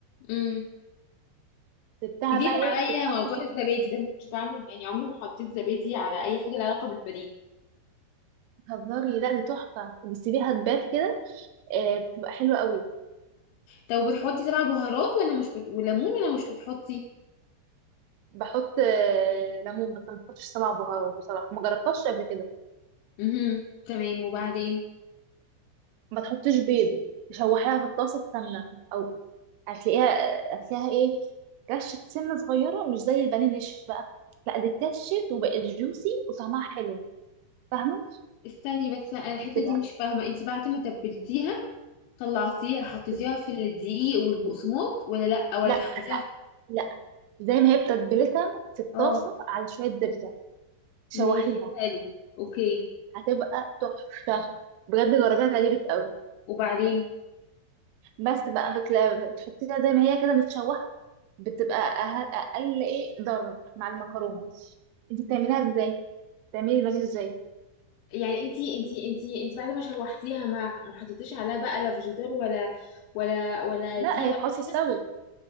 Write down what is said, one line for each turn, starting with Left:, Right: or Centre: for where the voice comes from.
Left: امم
Right: سبتها
Left: جديد
Right: بقى ايه
Left: عليا
Right: تتحط
Left: موضوع الزبادي ده ما كنتش بعمل يعني عمري ما حطيت زبادي على اي حاجه لها علاقه بالبانيه
Right: هزاري لا دي تحفة بتسيبيها تبات كده آه، بتبقى حلوة قوي
Left: طب بتحطي سبع بهارات ولا مش بت... وليمون ولا مش بتحطي
Right: بحط آه، ليمون بس ما بحطش سبع بهارات بصراحة ما جربتهاش قبل كده
Left: امم تمام وبعدين
Right: ما تحطيش بيض تشوحيها في الطاسة سمنة أو هتلاقيها هتلاقيها إيه كشة سنة صغيرة مش زي البانيه نشف بقى لا دي اتكشت وبقت جوسي وطعمها حلو فاهمة؟
Left: استني بس أنا الحته
Right: بتبقى
Left: دي مش فاهمه انت بعد ما تبلتيها طلعتيها حطيتيها
Right: بت-
Left: في الدقيق والبقسماط ولا لا ولا
Right: لا
Left: حطيتيها
Right: لا زي ما هي بتتبلتها في الطاسة
Left: اه
Right: على شوية زبدة شوحيها
Left: ماشي حلو اوكي
Right: هتبقى تحفة بجد جربيها تعجبك قوي
Left: وبعدين
Right: بس بقى بتلا- بتحطيها زي ما هي كده متشوحة بتبقى أه- أقل إيه ضرب مع المكرونة أنت بتعمليها إزاي؟ بتعملي البانيه إزاي؟
Left: يعني انت انت انت انت بعد ما شوحتيها ما ما حطيتيش عليها بقى لا فيجيتار ولا ولا ولا
Right: لا
Left: دقيق
Right: هي
Left: ولا
Right: تحطي
Left: حاجه
Right: استوت